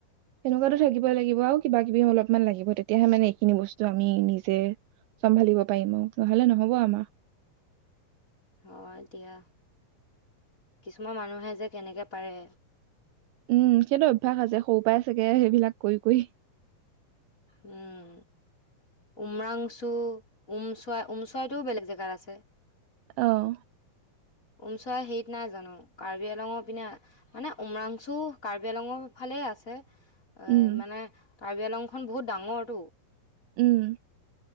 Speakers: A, on the right; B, on the left.
A: সেনেকোৱাতো থাকিব লাগিব আৰু কিবা কিবি অলপমান লাগিব তেতিয়াহে মানে সেইখিনি বস্তু আমি নিজে চম্ভালিব পাৰিম আৰু নহলে নহব আমাৰ।
B: অ এতিয়া। কিছুমান মানুহে যে কেনেকে পাৰে।
A: উম সেইটো অভ্যাস আছে সৰু পৰাই চাগে সেইবিলাক কৰি কৰি
B: উম উমৰাংচু, ওমচৰাই ওমচৰাইটোও বেলেগ জেগাত আছে।
A: অঁ।
B: উমচৰা হেৰিত নাই জানো কাৰ্বি আলঙৰ পিনে <unintelligible> মানে উমৰাংচু কাৰ্বি আলঙৰ ফালে আছে। এ
A: উম,
B: মানে কাৰ্বি আলংখন বহুত ডাঙৰটো।
A: উম'